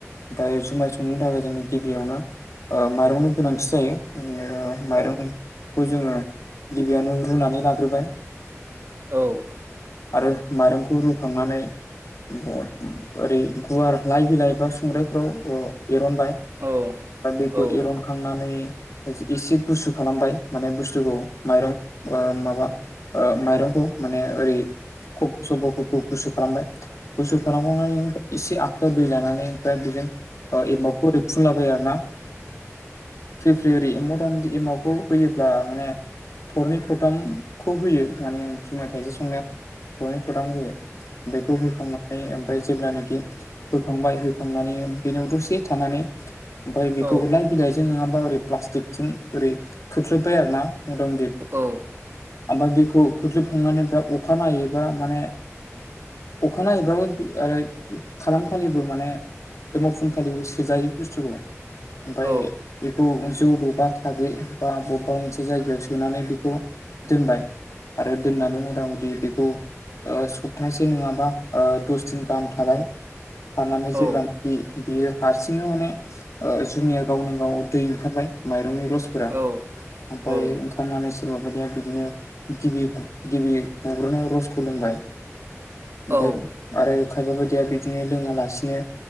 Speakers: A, on the left; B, on the right.
A: ओमफ्राय जुमाय- संनो थाखाय जोंनो गिबियावनो ओ माइरंनि गोनांथि जायो ओम ओ माइरं खौ जोङो गिबियावनो रुनानै लाग्रोबाय
B: औ
A: आरो मायरंखौ रुखांनानै बन ओरै गुवार लाइ बिलाइ बा संग्रायफ्राव ओ एरनबाय
B: औ
A: दा बेखौ एरनखांनानै एसे गुसु खालामबाय माने बुस्थुखौ माइरं ओ माबा ओ माइरंखौ माने ओरै ख'फ' स'फ' फोरखौ गुसु खालामबाय गुसु खालामनानै एसे आखायाव दै लानानै ओमफ्राय बेजों ओ एमाव हरै फुनलाबाय आरो ना फ्रि फ्रि ओरै सम एमावखौ होयोब्ला माने थरनै थरथामखौ होयो माने जुमाय थाइसे संनायाव थरनै थरथाम होयो बेखौ होखांनानै ओमफ्राय जेब्लानाखि होखांबाय खांनानै बेनाव दसे थानानै ओमफ्राय बेखौ
B: औ
A: लाय बिलाइ जों नङाब्ला ओरै प्लाटिक जों ओरै खोख्लोबबाय आरो ना मथा मथि
B: औ
A: ओमफ्राय बेखौ खोख्लोबखांनानै बिराद अखानायैबा माने अखानायैब्लाबो खालाम खालिबो माने एमाव फुनखालिबो सोजायो बुस्थुखौ ओमफ्राय
B: औ
A: बेखौ जौदो बा खाग्रि बा बबेबा मोनसे जायगायाव सोनानै बेखौ दोनबाय आरो दोननानै मथा मथि बेखौ ओ सप्तासे नङाबा दस दिन गाहाम थाबाय थानानै
B: औ
A: जेब्ला बियो हारसिंनो माने जुमाया गावनो गाव दै ओंखारबाय माइरंनि रस फोरा
B: औ
A: ओमफ्राय
B: औ
A: <unintelligible> सोरबा बायदिया बिदिनो गिबि गिबियै ग'ग्रोनाय रसखौ लोंबाय ओमफ्राय
B: औ
A: आरो खायफा बायदिया बिदिनो लोङालासिनो